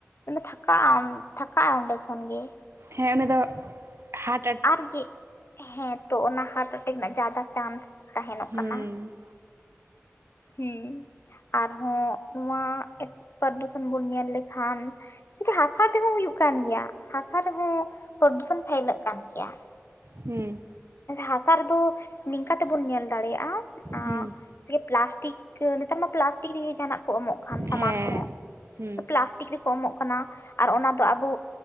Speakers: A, on the left (about 60°); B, on the right (about 65°).
A: ᱛᱷᱟᱠᱟᱜ ᱟᱢ ᱛᱷᱟᱠᱟᱜ-ᱟᱭ ᱚᱸᱰᱮ ᱠᱷᱚᱱ ᱜᱮ᱾
B: ᱦᱮᱸ ᱩᱱᱤ ᱫᱚ ᱦᱟᱴ
A: ᱟᱨᱜᱮ ᱦᱮᱸ ᱛᱚ ᱚᱱᱟ ᱦᱟᱨᱴ ᱮᱴᱮᱠ ᱨᱮᱱᱟᱜ ᱡᱟᱫᱟ ᱪᱟᱱᱥ ᱛᱟᱦᱮᱱᱚᱜ
B: ᱦᱩᱸ
A: ᱠᱟᱱᱟ᱾ ᱦᱮᱸ ᱟᱨᱦᱚᱸ ᱱᱚᱣᱟ ᱯᱟᱨᱫᱩᱥᱚᱱ ᱵᱚᱱ ᱧᱮᱞ ᱞᱮᱠᱷᱟᱱ ᱪᱮᱠᱟ ᱦᱟᱥᱟ ᱛᱮᱦᱚᱸ ᱦᱩᱭᱩᱜ ᱠᱟᱱ ᱜᱮᱭᱟ ᱦᱟᱥᱟ ᱨᱮᱦᱚᱸ ᱯᱟᱨᱫᱩᱥᱚᱱ ᱯᱷᱮᱭᱞᱟᱜ ᱠᱟᱱ ᱜᱮᱭᱟ᱾
B: ᱦᱩᱸ
A: ᱦᱟᱥᱟ ᱨᱮᱫᱚ ᱱᱤᱝᱠᱟ ᱛᱮᱵᱚᱱ ᱧᱮᱞ ᱫᱟᱲᱮᱭᱟᱜ-ᱟ ᱮ
B: ᱦᱩᱸ
A: ᱪᱮ ᱯᱞᱟᱥᱴᱤᱠ ᱱᱮᱛᱟᱨ ᱢᱟ ᱯᱞᱟᱥᱴᱤᱠ ᱨᱮᱜᱮ ᱡᱟᱦᱟᱱᱟᱜ ᱠᱚ ᱮᱢᱚᱜ ᱠᱟᱱ ᱥᱟᱢᱟᱱ
B: ᱦᱮᱸ
A: ᱠᱚᱦᱚᱸ,
B: ᱦᱩᱸ
A: ᱯᱞᱟᱥᱴᱤᱠ ᱨᱮᱠᱚ ᱮᱢᱚᱜ ᱠᱟᱱᱟ ᱟᱨ ᱚᱱᱟ ᱫᱚ ᱟᱵᱚ